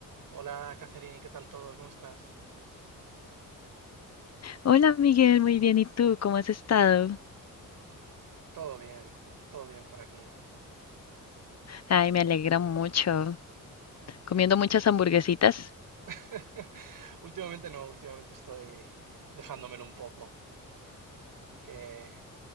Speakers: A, on the right; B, on the left.
A: Hola, Catherine, ¿qué tal todo? ¿Cómo estás?
B: Hola Miguel, muy bien. ¿Y tú? ¿Cómo has estado?
A: Todo bien, todo bien por aquí.
B: Ay, me alegra mucho. Comiendo muchas hamburguesitas.
A: <laughs> Últimamente no, últimamente estoy dejándomelo un poco, que